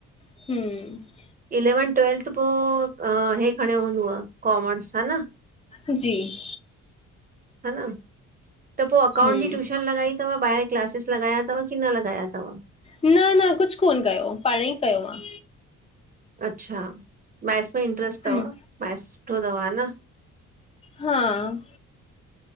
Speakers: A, on the left; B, on the right.
A: हम्म्
B: इलेवं ट्वेल्थ पोइ, हे खणियो हूंदव कॉमर्स हा न
A: जी <unintelligible>
B: हा न, त पोइ अकाउंट
A: हम्म
B: जी ट्यूशन लॻाई त ॿाहिरि क्लासिस लॻाया अथव, की न लॻाया अथव
A: न न कुझु कोन्ह कयो, पाण ई कयो मां
B: अच्छा मैथ्स में इंट्रस्ट अथव,
A: हम
B: मैथ्स सुठो अथव हा न
A: हां